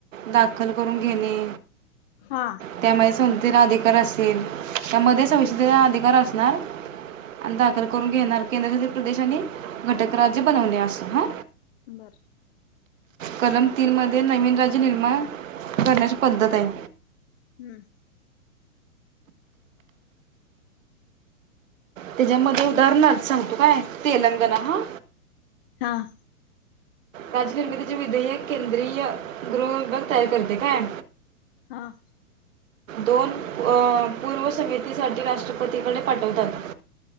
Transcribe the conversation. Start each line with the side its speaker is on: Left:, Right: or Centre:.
Right: दाखल करून घेणे
Left: हा
Right: त्यामध्ये संसद अधिकार असेल त्यामध्ये संसदेचा अधिकार असणार आणि दाखल करून घेणार केंद्रशासित प्रदेश आणि घटक राज्य बनवणे अस हां
Left: बर
Right: कलम तीन मध्ये नवीन राज्य निर्माण करण्याची पद्धत आहे
Left: हम्म
Right: त्याच्यामध्ये उदाहरणार सांगतो काय तेलंगणा हां
Left: हां
Right: राज्य निर्मिती चे विधायक केंद्रीय गृह विभाग तयार करते काय
Left: हां
Right: दोन अं पुर्व समितीसाठी‌ राष्ट्रपतीकडे पाठवतात